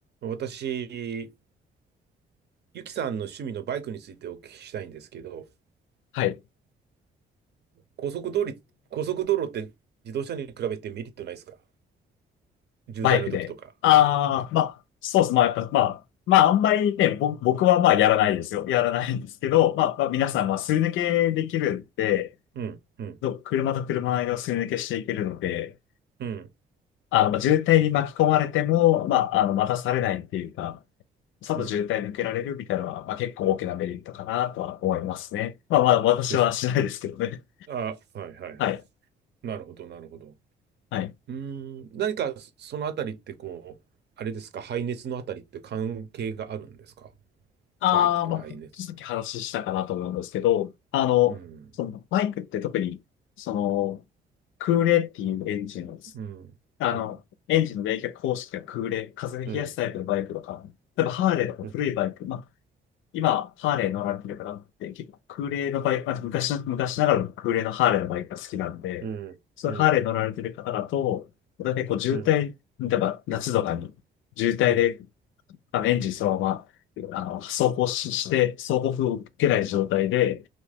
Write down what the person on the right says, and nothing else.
私、ゆきさんの趣味のバイクについてお聞きしたいんですけど、
高速道路、高速道路って自動車に比べてメリットないですか渋滞の時とか。
うん、
うん、うん、
うん、
うん。
です。あ、はい、はい、
はい。なるほど、なるほど。
うーん、何かそそのあたりってこう、あれですか、排熱のあたりって関係があるんですか
バイクの排熱。
うん、
うん、
うん、
うん、
うん、
うん、
うん、
うん、
うん、